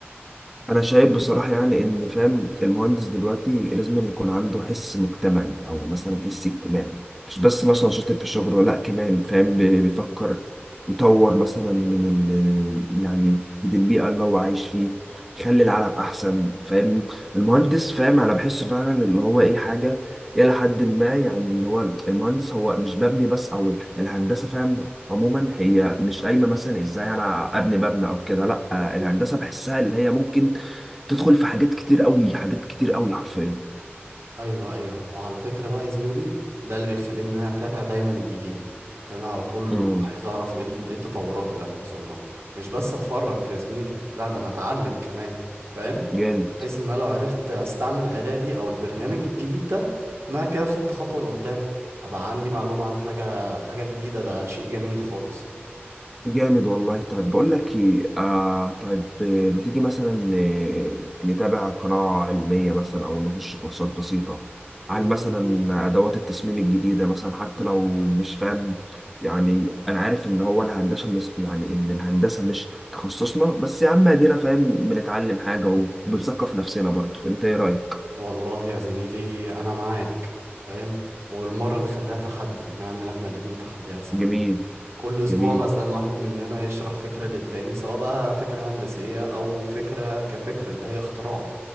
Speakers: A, in the centre; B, on the right.
A: انا شايف بصراحه يعني ان فاهم المهندس دلوقتي لازم أن يكون عنده حس مجتمعي او مثلا حس اجتماعي مش بس مثلا شاطر في الشغل ولا كمان فاهم بي- بيفكر يطور مثلا من ال يعني من البيئه اللي هو عايش فيه يخلي العالم احسن فاهم المهندس فاهم انا بحسه فعلا اللي هو
B: مم.
A: ايه حاجه الى حد ما يعني اللي هو المهندس هو مش ببني بس او الهندسه فاهم عموما هي مش قايمه مثلا ازاي انا ابني مبنى او كده لا الهندسه بحسها اللي هي ممكن تدخل في حاجات كتير قوي حاجات كتير قوي حرفيا
B: أيوه أيوه وعلى فكرة بقى يا زميلي ده اللي بيخليني إن أنا أتابع دايما الجديد خليني على طول
A: امم
B: عايز أعرف إيه ال- إيه التطورات اللي إحنا وصلناها مش بس أتفرج يا زميلي لا ده أنا أتعلم كمان فاهم
A: جامد
B: بحيث ان انا لو عرفت استعمل الاداة دي او البرنامج الجديد ده ان انا كده خدت خطوة لقدام ابقى عندي معلومة عن حاجة حاجة جديدة ده شيء جميل خالص
A: جامد والله طيب بقول لك ايه آه طيب آه، ما تيجي مثلا آه، نتابع قناة علمية مثلا او نخش كورسات بسيطة
B: مم.
A: عن مثلا ادوات التصميم الجديدة مثلا حتى لو مش فاهم يعني انا عارف ان هو الهندسة مش يعني ان الهندسة مش تخصصنا بس يا عم ادينا فاهم بنتعلم حاجة وبنثقف نفسنا برضه انت ايه رأيك
B: والله يا زميلي انا معاك فاهم والمرة نخليها تحدي نعمل احنا الاتنين تحديات سوا
A: جميل
B: كل
A: جميل
B: اسبوع مثلا واحد مننا يشرح فكرة للتاني سواء بقى فكرة هندسية او فكرة كفكرة اللي هي اختراع